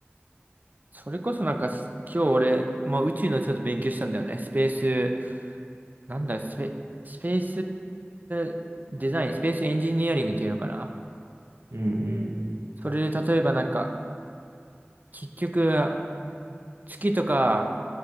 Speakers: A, on the right; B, on the right.
A: それこそなんかす、今日俺、まあ宇宙のちょっと勉強したんだよね。スペース、なんだ、スペ、スペースデザイン、スペースエンジニアリングっていうのかな。
B: うんうん。
A: それで例えばなんか、結局、月とか